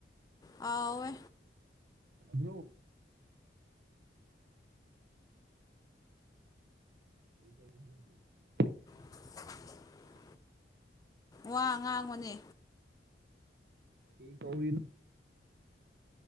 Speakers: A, on the left; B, on the right.
A: ꯑꯥꯎꯋꯦ
B: <unintelligible> <inaudible>
A: <unintelligible> ꯋꯥ ꯉꯥꯡꯉꯣꯅꯦ
B: ꯀꯩꯗꯧꯔꯤꯅꯣ